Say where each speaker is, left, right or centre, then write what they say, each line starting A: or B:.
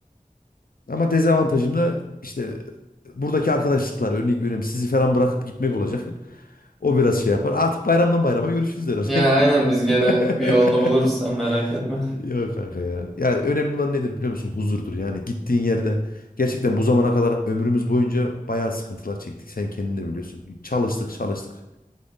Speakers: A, on the left; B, in the centre.
A: Ama dezavantajım da işte e, buradaki arkadaşlıklar örnek veriyorum sizi falan bırakıp gitmek olacak. <laughs> O biraz şey yapar. Artık bayramdan bayrama görüşürüz herhalde.
B: Ya aynen biz gene
A: <laughs>
B: bir yolunu buluruz sen merak etme.
A: Yok kanka ya. Ya önemli olan nedir biliyor musun? Huzurdur. Yani gittiğin yerde gerçekten bu zamana kadar ömrümüz boyunca bayağı sıkıntılar çektik. Sen kendin de biliyorsun. Çalıştık, çalıştık.